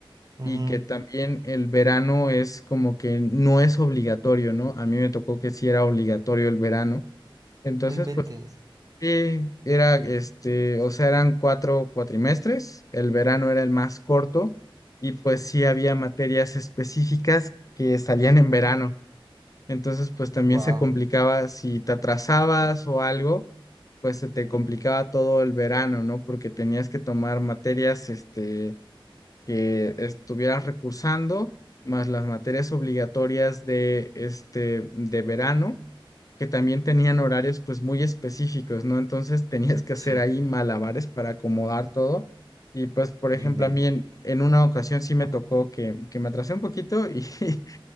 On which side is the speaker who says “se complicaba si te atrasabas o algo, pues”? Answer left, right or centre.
Left